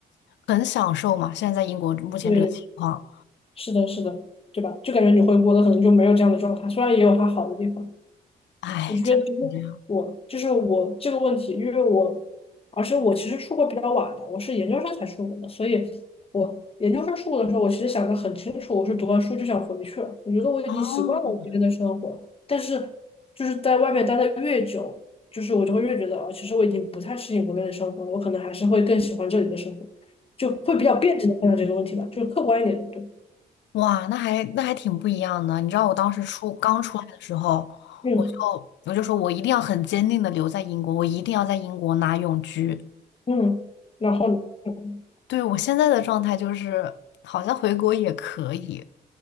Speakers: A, on the left; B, on the left.
A: 很享受嘛，现在在英国目前这个情况，
B: 对，是的，是的，对吧？就感觉你回国的可能就没有这样的状态，虽然也有它好的地方。
A: 唉，
B: 我就觉得其实我就是我这个问题，
A: 真的是这样
B: 因为我，而且我其实出国比较晚了，我是研究生才出国的，所以我研究生出国的时候，我其实想的很清楚，我是读完书就想回去了，我觉得我已经习惯了我这边的生活，
A: 哦。
B: 但是就是在外面待的越久，就是我就会越觉得啊，其实我已经不太适应国内的生活了，我可能还是会更喜欢这里的生活，就会比较辩证的看待这个问题吧，就是客观一点，对，
A: 哇，那还那还挺不一样的。你知道我当时出刚出来的时候，
B: 嗯
A: 我就我就说我一定要很坚定的留在英国，我一定要在英国拿永居。
B: 嗯嗯，然后呢嗯
A: 对，我现在的状态就是好像回国也可以，